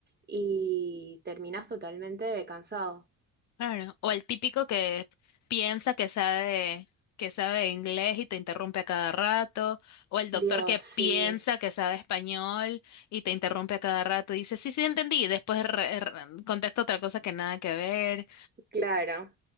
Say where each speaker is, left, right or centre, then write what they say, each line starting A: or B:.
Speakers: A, on the right; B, on the left.
A: y terminas totalmente cansado.
B: Claro. O el típico que piensa que sabe, que sabe inglés y te interrumpe a cada rato. O el doctor
A: Dios,
B: que
A: sí,
B: piensa que sabe español y te interrumpe a cada rato. Y dice, sí, sí, entendí. y Después re- re- contesta otra cosa que nada que ver.
A: claro,